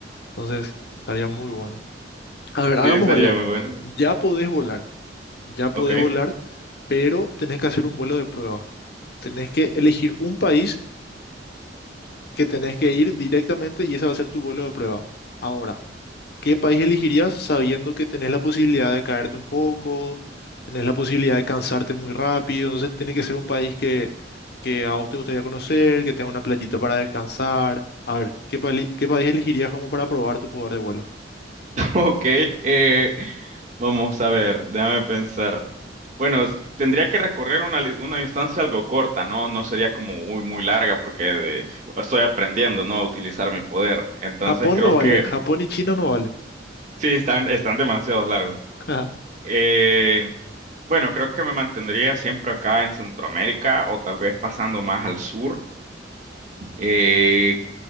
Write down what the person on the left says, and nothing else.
Entonces, estaría muy bueno. A ver, hagamos
algo.
Ya podés volar, ya podés
volar, pero tenés que hacer un vuelo de prueba. Tenés que elegir un país que tenés que ir directamente y ese va a ser tu vuelo de prueba. Ahora. ¿Qué país elegirías sabiendo que tenés la posibilidad de caerte un poco, tenés la posibilidad de cansarte muy rápido? Entonces tiene que ser un país que, que a vos te gustaría conocer, que tenga una playita para descansar. A ver, ¿qué, pali- qué país elegirías como para probar tu poder de vuelo?
Japón
no vale,
Japón y China no valen.
<laughs>